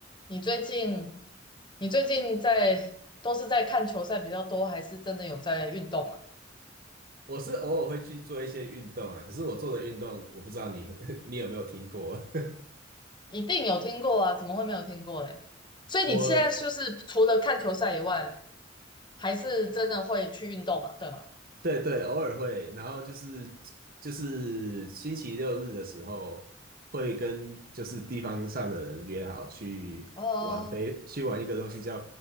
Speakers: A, on the left; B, on the right.
A: 你最近你最近在都是在看球赛比较多，还是真的有在运动啊？
B: 我是偶尔会去做一些运动啊，可是我做的运动，我不知道你 <laughs> 你有没有听过。<laughs>
A: 一定有听过啊，怎么会没有听过呢？所以你现在就是除了看球赛以外，
B: 我
A: 还是真的会去运动嘛，对吗？
B: 对对，偶尔会，然后就是就是星期六日的时候，会跟就是地方上的人约好去玩飞，
A: 哦
B: 去玩一个东西叫